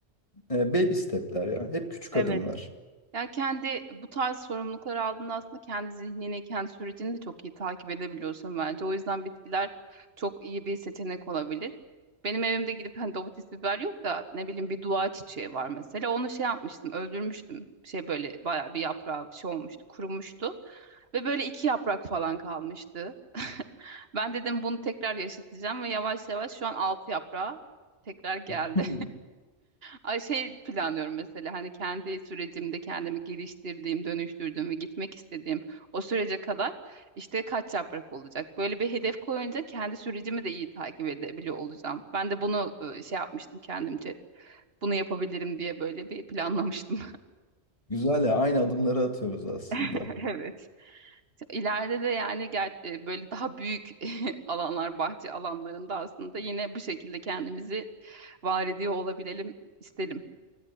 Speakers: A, on the left; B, on the right.
A: e, baby step'ler ya. Hep küçük
B: evet.
A: adımlar.
B: Ya kendi bu tarz sorumlulukları aldığında aslında kendi zihnini, kendi sürecini de çok iyi takip edebiliyorsun bence. O yüzden bitkiler çok iyi bir seçenek olabilir. Benim evimde gidip hani domates biber yok da ne bileyim bir dua çiçeği var mesela. Onu şey yapmıştım, öldürmüştüm. Şey böyle bayağı bir yaprağı bir şey olmuştu, kurumuştu. Ve böyle iki yaprak falan kalmıştı. <laughs> Ben dedim bunu tekrar yaşatacağım ve yavaş yavaş şu an altı yaprağı tekrar geldi.
A: <laughs>
B: Ay şey planlıyorum mesela hani kendi sürecimde kendimi geliştirdiğim, dönüştürdüğüm ve gitmek istediğim o sürece kadar işte kaç yaprak olacak. Böyle bir hedef koyunca kendi sürecimi de iyi takip edebiliyor olacağım. Ben de bunu e, şey yapmıştım kendimce. Bunu yapabilirim diye böyle bir planlamıştım.
A: Güzel ya aynı adımları atıyoruz aslında.
B: <laughs> Evet. İleride de yani ger- e, böyle daha büyük <laughs> alanlar, bahçe alanlarında aslında yine bu şekilde kendimizi var ediyor olabilelim isterim.